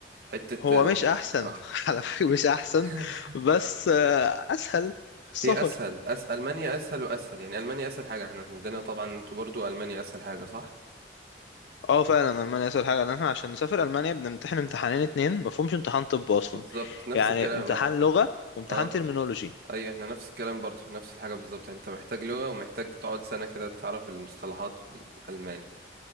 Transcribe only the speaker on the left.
هو مش
أحسن
<laughs> على فكرة مش أحسن
بس آه، أسهل في السفر
اه فعلا ألمانيا أسهل حاجة لأن احنا عشان نسافر ألمانيا بنمتحن امتحانين اتنين مفهومش امتحان طب أصلا
يعني
امتحان
لغة وامتحان
ترمينولوجي